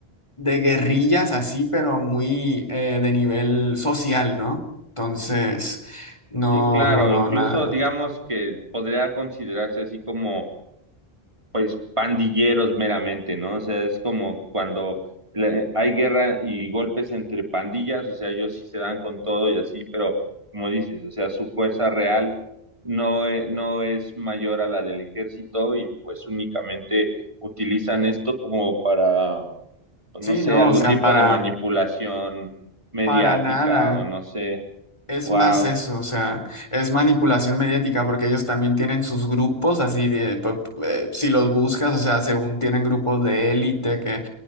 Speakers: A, on the left (about 30°); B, on the right (about 30°).
A: de guerrillas así, pero muy eh, de nivel social, ¿no? Entonces, no,
B: sí, claro,
A: no, no,
B: incluso
A: nada.
B: digamos que podría considerarse así como pues pandilleros meramente, ¿no? O sea, es como cuando le- hay guerra y golpes entre pandillas, o sea, ellos sí se dan con todo y así, pero como dices, o sea, su fuerza real no, e- no es mayor a la del ejército y pues únicamente utilizan esto como para, pues,
A: Sí,
B: no sé,
A: no,
B: algún
A: o sea,
B: tipo
A: para,
B: de manipulación mediática
A: para nada.
B: o no sé,
A: Es
B: wow.
A: más eso, o sea, es manipulación mediática porque ellos también tienen sus grupos así de, pu- pu- eh, si los buscas, o sea, según tienen grupos de élite que,